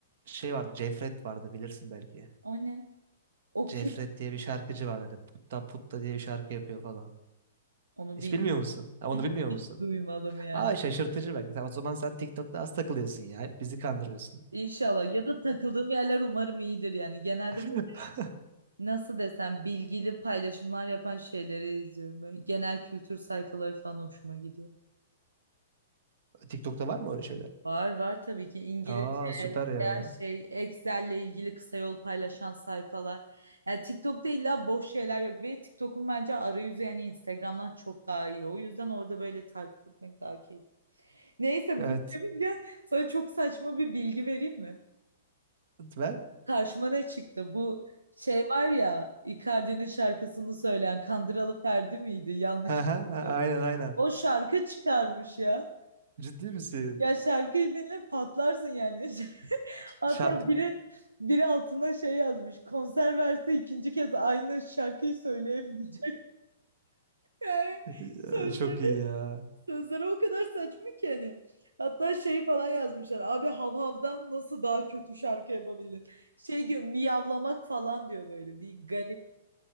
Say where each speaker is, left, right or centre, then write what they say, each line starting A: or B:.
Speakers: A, on the right (about 55°); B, on the right (about 80°).
A: şey vardı, Cefret vardı bilirsin belki.
B: O ne? O
A: Cefret
B: kim?
A: diye bir şarkıcı vardı. Hani putta putta diye bir şarkı yapıyor falan.
B: Onu
A: Hiç
B: bilmiyorum.
A: bilmiyor musun? Ha,
B: Hiç,
A: onu bilmiyor
B: hiç
A: musun?
B: duymadım yani.
A: Ha şaşırtıcı belki. Sen- O zaman sen TikTok'ta az takılıyorsun ya. Hep bizi kandırıyorsun.
B: İnşallah ya da takıldığım yerler umarım iyidir yani genelde
A: <laughs>
B: böyle nasıl desem bilgili paylaşımlar yapan şeyleri izliyorum böyle genel kültür sayfaları falan hoşuma gidiyor.
A: TikTok'ta var mı öyle şeyler?
B: Var var tabii ki İngilizce
A: Aa süper ya.
B: her şey Excel'le ilgili kısa yol paylaşan sayfalar. Yani TikTok'ta illa boş şeyler yok ve TikTok'un bence arayüzü yani Instagram'dan çok daha iyi. O yüzden orada böyle takip etmek daha keyifli. Neyse
A: Evet.
B: bunu demişken sana çok saçma bir bilgi vereyim mi?
A: Ver.
B: Karşıma ne çıktı? Bu şey var ya Icardi'nin şarkısını söyleyen Kandıralı Ferdi miydi? Yanlış
A: Ha ha ha,
B: söyledim.
A: aynen aynen.
B: O şarkı çıkarmış ya.
A: Ciddi misin?
B: Ya şarkıyı dinle patlarsın yani. <laughs> Hatta
A: Şarkın
B: biri biri altına şey yazmış. Konser verse ikinci kez aynı şarkıyı söyleyemeyecek. <laughs> Yani
A: <laughs>
B: sözleri,
A: çok iyi ya.
B: sözleri o kadar saçma ki hani. Hatta şey falan yazmışlar. Abi Havhav'dan nasıl daha kötü şarkı yapabildin? Şey diyor miyavlamak falan diyor böyle. Bir garip.